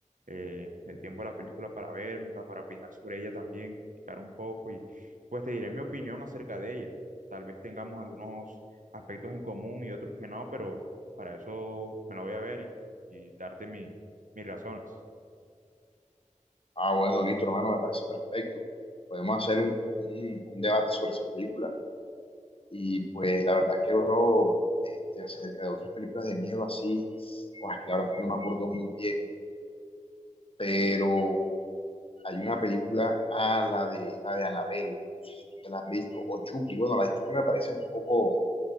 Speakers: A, on the right; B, on the left.
A: eh, el tiempo a la película para vérmela, para opinar sobre ella también, criticar un poco y pues te diré mi opinión acerca de ella. Tal vez tengamos algunos aspectos en común y otros que no, pero para eso me la voy a ver y, y darte mi- mis razones.
B: Ah, bueno, listo, hermano, me parece perfecto. Podemos hacer un, un un debate sobre esa película. Y pues la verdad que, bro, este, acerca de otras películas de miedo así, pues, la verdad es que no me acuerdo muy bien, pero hay una película, ah, la de, la de Annabelle, no sé si tú te la has visto, o Chucky, bueno, las de Chucky me parecen un poco,